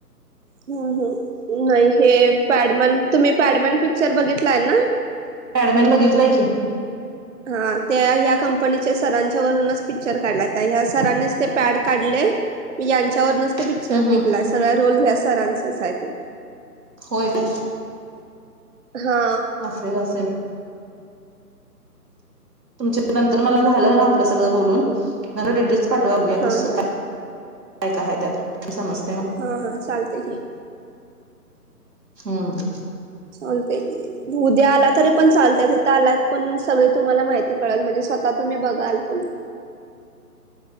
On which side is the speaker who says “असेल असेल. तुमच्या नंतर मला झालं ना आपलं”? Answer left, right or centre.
Right